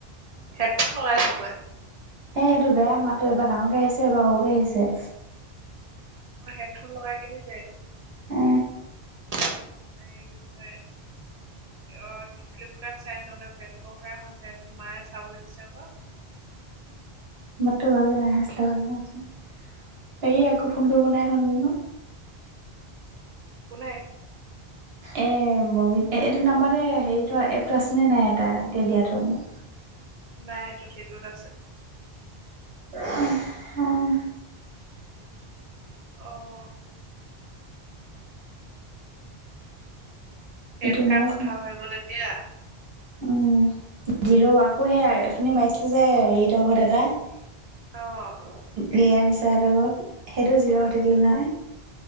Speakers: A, on the right; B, on the right.
A: হেডফোন লগাই চ ত ই।
B: অ সেই সেইটো বেয়া মাতো এবাৰ ডাঙৰকে আহিছে এবাৰ সৰুকে আহিছে।
A: মই হেডফোন লগাই কিনি যে।
B: এ
A: হেৰী কি কয়। অ', কি ফ্লিপকাৰ্ট চাই আছো মানে বেট কভাৰ এখন চাই আছো মায়ে চাবলৈ দিছে ক।
B: মাত টো ভাল যে নাই অহা আছিলে ক সেই কাৰণে ক। সেই আকৌ ফোন কৰিব নাইকোৱা নেকি ন'-
A: কোনে?
B: এ বগীত এইটো নাম্বাৰতে হেৰি এপটো আছে নে নাই তাৰ এতিয়া দিয়াতো মোক?
A: নাই সেইটো সিটোত আছে।
B: অঁ, অঁ-
A: অঁ, - সেনকা
B: এইটো নাইচোন
A: কথা হৈ গ'ল এতিয়া-
B: উম, জিৰো আকৌ সেই অথনী মাৰিছিলো যে হেৰীত ঘৰত এটা-
A: অঁ,
B: এয়া নিছা হঁতৰ ঘৰত সেইটো জিৰ'
A: অ'।
B: হৈ থাকিলে নাই-